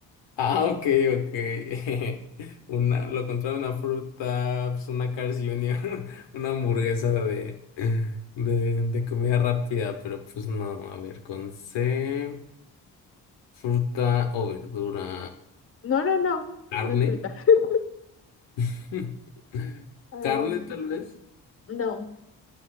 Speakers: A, on the left; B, on the left.
A: Ah, ok, ok. <laughs> Una, lo contrario de una fruta, pues una Cars Junior, <laughs> una hamburguesa de, de, de comida rápida, pero pues no, a ver, con C, fruta o verdura,
B: No, no, no,
A: carne,
B: no es fruta. <laughs>
A: <laughs>
B: Ah,
A: carne tal vez.
B: no,